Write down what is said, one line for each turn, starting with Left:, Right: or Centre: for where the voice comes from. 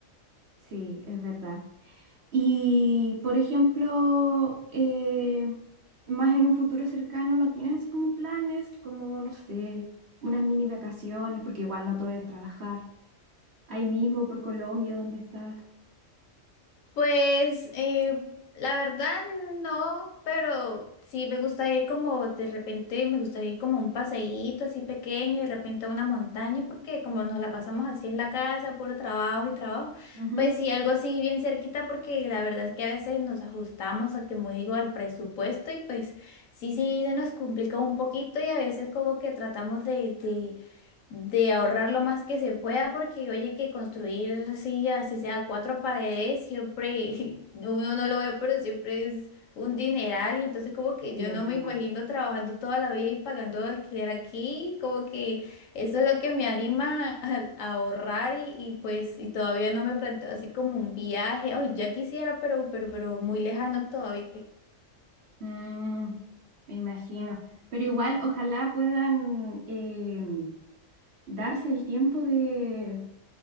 Right: Sí, es verdad. Y, por ejemplo, eh, más en un futuro cercano, ¿no tienes así como planes, como, no sé, unas mini vacaciones, porque igual no todo es trabajar, ahí mismo por Colombia, donde estás?
Left: Pues eh, la verdad no, pero sí me gusta ir como de repente, me gustaría ir como a un paseíto así pequeño y de repente a una montaña, porque como nos la pasamos así en la casa, puro trabajo y trabajo,
Right: Ujú.
Left: pues sí, algo así bien cerquita, porque la verdad es que a veces nos ajustamos a, como digo, al presupuesto y pues sí, sí, se nos complica un poquito y a veces como que tratamos de, de de ahorrar lo más que se pueda, porque oye, que construir así, así sea cuatro paredes, siempre <laughs> uno no lo ve, pero siempre es un dineral. Y entonces como que
Right: Sí,
Left: yo
Right: es
Left: no
Right: verdad.
Left: me imagino trabajando toda la vida y pagando alquiler aquí, como que eso es lo que me anima a, a ahorrar y, y pues y todavía no me planteo así como un viaje. Ay, ya quisiera, pero, pero, pero muy lejano todavía.
Right: Mm, me imagino. Pero igual, ojalá puedan em, darse el tiempo de,